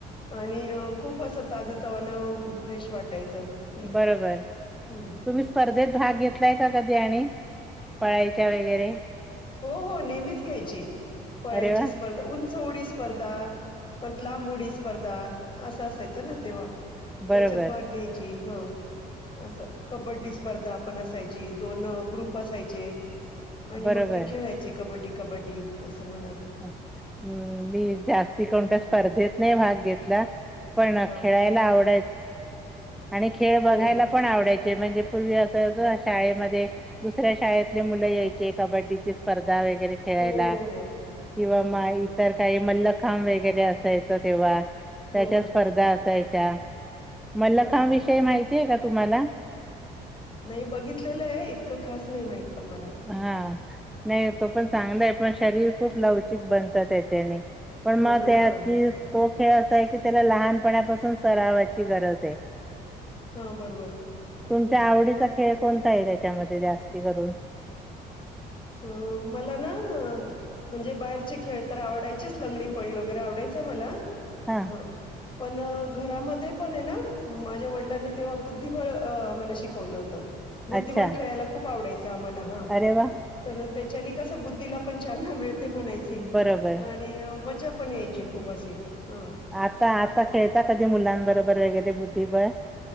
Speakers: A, on the left; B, in the centre.
A: आणि खूप असं ताज तवाण फ्रेश वाटायचं नाही
B: बरोबर
A: का? हं.
B: तुम्ही स्पर्धेत भाग घेतलाय का कधी आणि पळायच्या वगैरे
A: हो हो नेहमीच घ्यायची पळायची
B: अरे वा
A: स्पर्धा उंच ढ स्पर्धा परत लांब उडी स्पर्धा असं असायचं ना तेव्हा
B: बरोबर
A: त्याच्यात भाग घ्यायची हा असं कबड्डी स्पर्धा आपण असायची दोन ग्रुप असायचे आणि
B: बरोबर
A: मग कयचे कबड्डी कबड्डी असं म्हणत
B: म् मी जास्ती कोणत्या
A: ह
B: स्पर्धेत नाही भाग घेतला पण
A: हा
B: खेळाला आव म खेळ बघाय
A: हो
B: पण आवडायचे म्हणजे पूर्वी अस शाळेमध्ये दुसऱ्या शाळेतले मुलं यायचे कबड्डीची स्पर्धा वगैरे खेळायला
A: हो हो
B: किंवा
A: हो हो
B: म इतर काही मल्लखांब वगैरे असायचं तेव्हा त्याच्या
A: हो
B: स्पर्धा असायच्या मल्लखांव
A: हो हो
B: विषयी माहितीय का तुम्हाला
A: नाही बघितलेलं आहे इतकं खास नाही माहित पण मला
B: हां नाही तो पण चांगला आहे पण शरीर खूप लवचिक बनतं त्याच्याने पण
A: हो
B: मग
A: ना
B: त्या
A: हा
B: ती
A: ह
B: तो खेळ असा आहे की त्याला लहानपणापासून सरावाची गरज आहे
A: हा बरोबर
B: तुमच्या
A: हं.
B: आवडीचा खेळ कोणता आहे त्याच्यामध्ये जास्ती करून
A: अ मला ना म्हणजे बाहेरचे खेळ तर आवडायचेच लंगडी पळी वगैरे आवडायचं मला
B: हा
A: ह पण घरामध्ये पण आहे ना माझ्या वडिलांनी तेव्हा बुद्धिबळ आम्हाला शिकवलं होतं बुद्धिबळ
B: अच्छा
A: खेळायला खूप आडायचं आ्हा हा
B: अरे वा
A: तर त्याच्यानी कसं बुद्धीला पण चालना मिळते म्हणायची
B: बरोबर
A: आणि मजा पण यायचे खूप असे ह
B: आता आता खेळता कधी मुलांबरोबर वगैरे बुद्धिबळ